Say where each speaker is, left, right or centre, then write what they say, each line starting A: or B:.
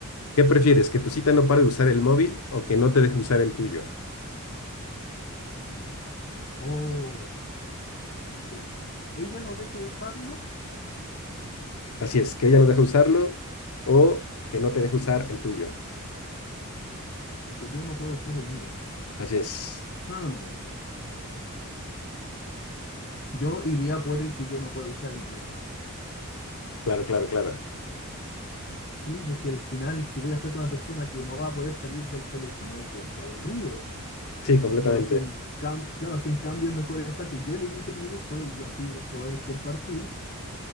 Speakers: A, on the left; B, on the left.
A: ¿Qué prefieres? ¿Que tu cita no pare de usar el móvil o que no te deje usar el tuyo?
B: Oh, que ella no deje de usarlo
A: Así es, que ella no deje usarlo o que no te deje usar el tuyo.
B: porque yo no puedo usar el mío.
A: Así es.
B: Hmm, Yo iría por el que yo no puedo usar el mío.
A: Claro, claro, claro.
B: Sí, porque al final, si voy a estar con una persona que no va a poder salir del teléfono, que, que aburrido.
A: Sí, completamente.
B: Pero si en cam- claro, si en cambio es mejor esta que yo limite mi uso y así podemos compartir,